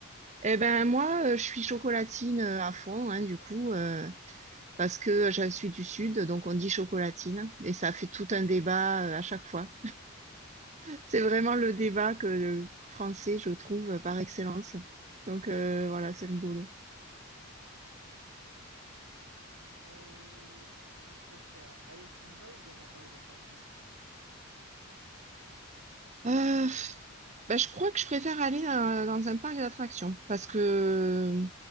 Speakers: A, on the right (about 30°); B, on the right (about 85°).
A: Eh ben moi, euh, je suis chocolatine euh, à fond, hein, du coup, euh, parce que je suis du sud, donc on dit chocolatine, et ça fait tout un débat euh, à chaque fois. C'est
B: Ouais.
A: vraiment le débat que le français, je trouve, euh, par excellence. Donc euh, voilà, c'est rigolo.
B: Hmm. Euh, tu préfères aller au cinéma ou dans un parc d'attractions?
A: Euh, Ben, je crois que je préfère aller dans, dans un parc d'attractions parce que euh,